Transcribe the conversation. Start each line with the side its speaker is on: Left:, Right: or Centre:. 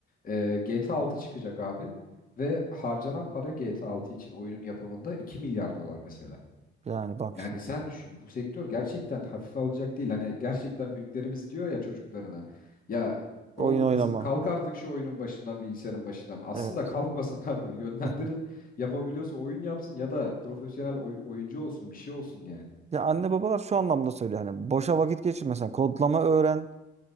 Left: Ee, GTA 6 çıkacak abi ve harcanan para GTA altı için oyunun yapımında 2 milyar dolar mesela.
Right: Yani bak
Left: Yani
Right: şimdi.
Left: sen düşün bu sektör gerçekten hafife alınacak değil. Hani gerçekten büyüklerimiz diyor ya çocuklarına. Ya oğlum
Right: Oyun oynama.
Left: kızım kalk artık şu oyunun başından bilgisayarın başından. Aslında
Right: Evet.
Left: kalkmasın <laughs> abi yönlendirin.
Right: <laughs>
Left: Yapabiliyorsa oyun yapsın ya da profesyonel oy- oyuncu olsun bir şey olsun yani.
Right: Ya anne babalar şu anlamda söylüyor hani boşa vakit geçirme sen kodlama öğren